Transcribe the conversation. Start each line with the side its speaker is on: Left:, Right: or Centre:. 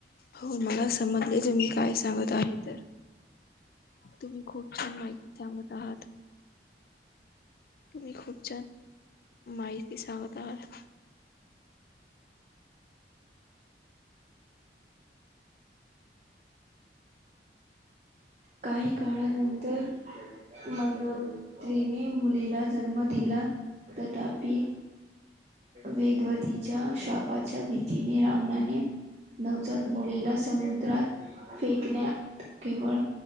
Left: हो मला समजले ज मी काय सांगत आहे तर तुम्ही खूप छान माहिती सांगत आहात. तुम्ही खूप छान माहिती सांगत आहात.
Right: काही काळानंतर मंदरत्रीने मुलीला जन्म दिला तथापि वेदवतीच्या शापाच्या भीतीने रावणाने नवजात मुलीला समुद्रात फेकण्यात केवळ